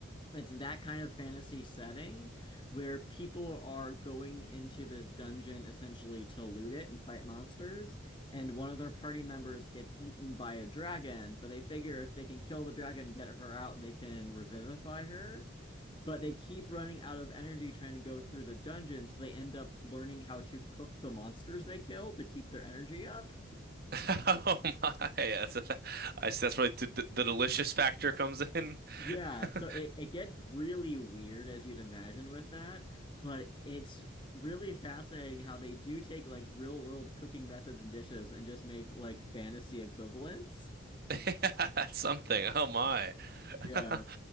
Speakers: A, on the left (about 25°); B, on the right (about 50°).
A: it's that kind of fantasy setting where people are going into this dungeon essentially to loot it and fight monsters, and one of their party members gets eaten by a dragon, but they figure if they can kill the dragon, get her out, they can revivify her but they keep running out of energy trying to go through the dungeon, so they end up learning how to cook the monsters they kill to keep their energy up.
B: <laughs> Oh my. That's, <laughs> I see that's where like, the, the delicious factor comes in.
A: Yeah,
B: <laughs>
A: so it, it gets really weird as you'd imagine with that, but it's really fascinating how they do take like real world cooking methods and dishes and just make like fantasy equivalents.
B: <laughs> Yeah, That's something. Oh my.
A: Yeah.
B: <laughs>